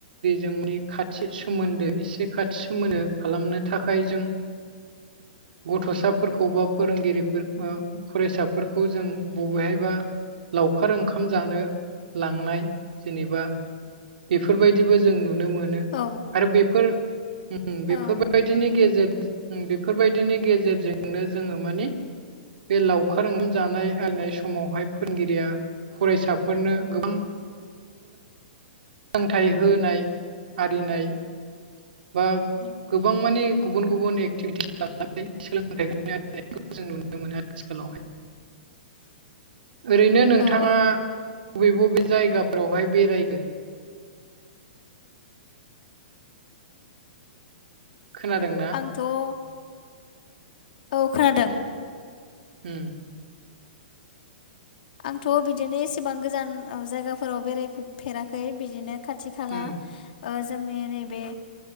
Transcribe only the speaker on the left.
<inaudible>
औ
औ
<inaudible>
औ औ
थ' ओ औ खोनादों।
आंथ' बिदिनो एसेबां गोजान जायगाफोराव बेरायफेराखै बिदिनो खाथि खाला
जोंनि नैबे